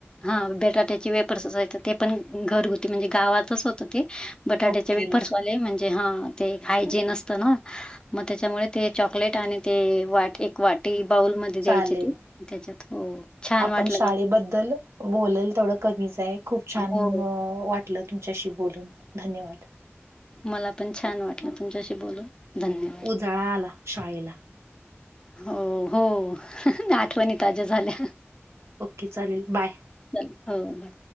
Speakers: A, on the left; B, on the right.
A: हा बेटाट्याची वेपर्सय ते पण घरगुती म्हणजे गावातच होत ते बटाट्याचे
B: ओके
A: वेपर्सवाले म्हणजे हा ते एक हायजीन असतं ना मग त्याच्यामुळे ते चॉकलेट आणि ते वाट एक वाटी बाउलमध्येध्ये
B: चालेल
A: द्यायचे ते त्याच्यात हो छान
B: आपण
A: वाटलं
B: शाळेबद्दल
A: मला.
B: बोलेल तेवढं कमीच आहे खूप छान
A: हो.
B: वाटलं तुमच्याशी बोलून धन्यवाद
A: मला पण छान वाटलं तुमच्याशी बोलून. धन्यवाद?
B: जळा आला शाळेला
A: हो हो आठवणी ताज्या झाल्या
B: ओके चालेल बाय
A: चा हो बार